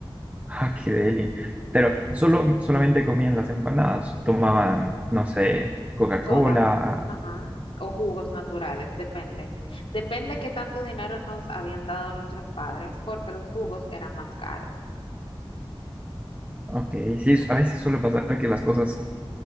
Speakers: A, on the right; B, on the left.
A: Ah, qué deli. Pero solo, solamente comían las empanadas. Tomaban, no sé, Coca-Cola.
B: Soda, ajá, o jugos naturales, depende. Depende qué tanto dinero nos habían dado nuestros padres porque los jugos eran más caros.
A: Ok, sí, a veces suele pasar que las cosas